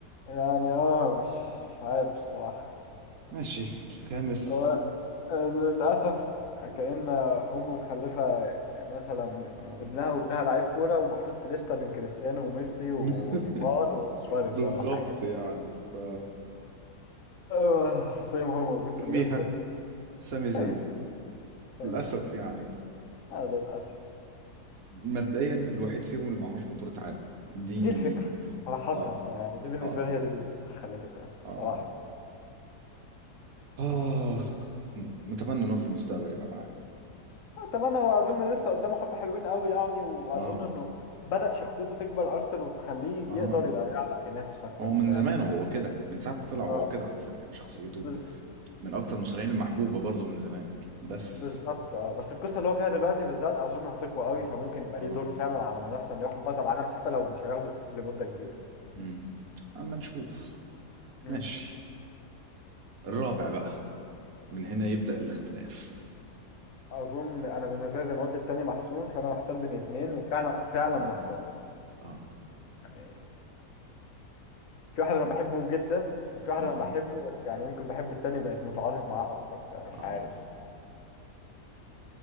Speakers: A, on the left; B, on the right.
A: يعني اه مش مش عارف الصراحة
B: ماشي الخامس
A: هو للأسف كأن أم مخلفة مثلا
B: آه.
A: ابنها وابنها لعيب كورة ومحطوط في لستة بين كريستيانو وميسي
B: <laughs>
A: ونيمار وسواريز
B: بالظبط
A: ولا حاجة
B: يعني ف
A: آه، زي ما هو موجود في
B: ارميها
A: الليستة
B: سامي زين
A: سامي زي سامي
B: للأسف
A: زي
B: يعني
A: آه للأسف
B: مبدئيا الواحد فيهم اللي معهوش بطولة عالم دي
A: دي الفكرة صراحة
B: اه
A: آه، يعني دي بالنسبة
B: اه
A: لي هي دي اللي خليته خلاص
B: اه
A: صراحة
B: اخ ن- نتمنى ان هو في المستقبل يبقى معاه
A: آه، طبعا هو اظن لسه قدامه حبه حلوين قوي يعني واظن
B: اه
A: انه بدأ شخصيته تكبر اكتر وتخليه
B: اه
A: يقدر يبقى يعرف ينافس اكتر
B: هو من
A: فيعني
B: زمان وهو كده من ساعة ما طلع وهو
A: اه
B: كده على فكرة يعني شخصيته
A: بز...
B: من اكتر المصارعين المحبوبة برضو من زمان بس
A: بالظبط اه بس القصه اللي هو فيها دلوقتي بالذات اظن هتقوى قوي
B: اه
A: فممكن يبقى
B: اه
A: ليه دور فعلا على المنافسه انه ياخد بطل العالم حتى لو مش هياخده لمده كبيره
B: امم اما نشوف
A: امم
B: ماشي الرابع بقى من هنا يبدأ الاختلاف
A: اظن انا بالنسبه لي زي ما قلت التاني محسوم فانا محتار بين اتنين وفعلا فعلا
B: اه
A: محتار
B: اه
A: يعني في واحد انا بحبه جدا وفي واحد
B: اه
A: انا بحبه بس يعني يمكن بحب التاني بقيت متعاطف معاه اكتر فمش
B: اه
A: عارف